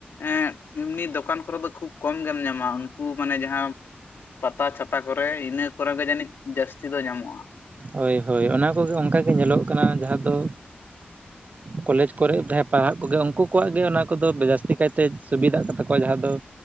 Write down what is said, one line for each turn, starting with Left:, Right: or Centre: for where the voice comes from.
Left: ᱮᱸᱜ ᱮᱢᱱᱤ ᱫᱚᱠᱟᱱ ᱠᱚᱨᱮ ᱫᱚ ᱠᱷᱩᱵᱽ ᱠᱚᱢ ᱜᱮᱢ ᱧᱟᱢᱟ ᱩᱱᱠᱩ ᱢᱟᱱᱮ ᱡᱟᱦᱟᱸ ᱯᱟᱛᱟ ᱪᱷᱟᱛᱟ ᱠᱚᱨᱮ ᱤᱱᱟᱹ ᱠᱚᱨᱮ ᱜᱮ ᱡᱟᱹᱱᱤᱡ ᱡᱟᱹᱥᱛᱤ ᱫᱚ ᱧᱟᱢᱚᱜᱼᱟ ᱾
Right: ᱦᱚᱭ ᱦᱚᱭ ᱚᱱᱟ ᱠᱚᱜᱮ ᱚᱱᱠᱟᱜᱮ ᱧᱮᱞᱚᱜ ᱠᱟᱱᱟ ᱡᱟᱦᱟᱸ ᱫᱚ ᱠᱚᱞᱮᱡᱽ ᱠᱚᱨᱮᱜ ᱡᱟᱦᱟᱸᱭ ᱯᱟᱲᱦᱟᱜ ᱠᱚᱜᱮ ᱩᱱᱠᱩ ᱠᱚᱣᱟᱜ ᱜᱮ ᱚᱱᱟ ᱠᱚᱫᱚ ᱡᱟᱹᱥᱛᱤ ᱠᱟᱭᱛᱮ ᱥᱩᱵᱤᱫᱷᱟᱜ ᱠᱟᱱ ᱛᱟᱠᱚᱣᱟ ᱡᱟᱦᱟᱸ ᱫᱚ